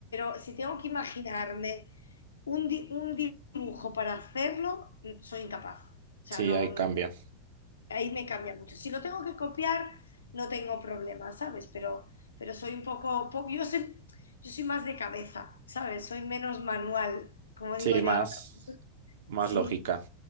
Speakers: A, on the left; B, on the right.
A: pero si tengo que imaginarme un, di- un dibujo para hacerlo, mm, soy incapaz. O sea,
B: Sí,
A: no,
B: ahí
A: no,
B: cambia.
A: Ahí me cambia mucho. Si lo tengo que copiar, no tengo problema, ¿sabes? Pero, pero soy un poco, po- yo soy, yo soy más de cabeza, ¿sabes? Soy menos manual, como
B: Sí,
A: digo yo
B: más,
A: ahora.
B: más
A: Sí.
B: lógica.